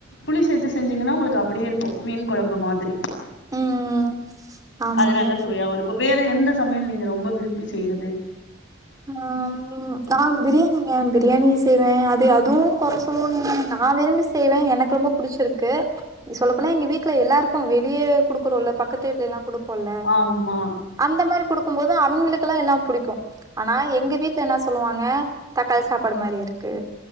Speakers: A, on the left; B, on the right.
A: புளி சேத்து செஞ்ஞீங்கனா உங்களுக் அப்டியே இருக்கு மீன் கொழம்பு மாதிரி
B: உம் உம் ஆமாங்க
A: அது நல்லா சுவையாவும் இருக்கும். வேற எந்த சமயல் நீங்க ரொம்ப விரும்பி செய்றது
B: ஹம் நா பிரியாணிங்க பிரியாணி செய்வே அது அதுவு கொற சொல்வாங்க நா விரும்பி செய்வே எனக்கு ரொம்ப புடிசிருக்கு சொல்ல போனா எங்க வீட்ல எல்லாருக்கு வெளிய கொடுகுறோல பக்கத்து வீட்ல எல்லா குடு போல
A: ஆமா.
B: அந்த மாரி குடுக் க்கும் போது அவுங்களுக்லா எல்லா புடிக்கு ஆனா எங்க வீட்ல என்ன சொல்வாங்க தக்காளி சாப்பாடு மாரி இருக்கு